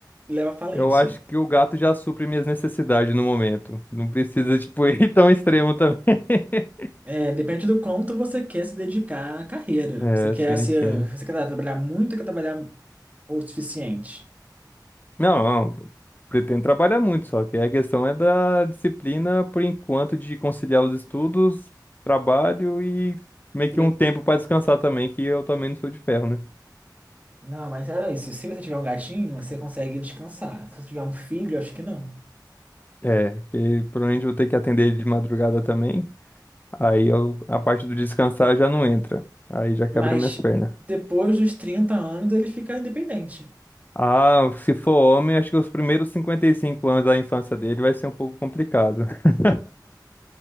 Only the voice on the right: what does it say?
leva à falência.
É, depende do quanto você quer se dedicar à carreira.
Você quer
ser,
você quer trabalhar muito, ou quer trabalhar o suficiente.
Eu-
Não, mas é isso. Se você tiver um gatinho, você consegue descansar. Se você tiver um filho, acho que não.
Mas
depois dos 30 anos ele fica independente.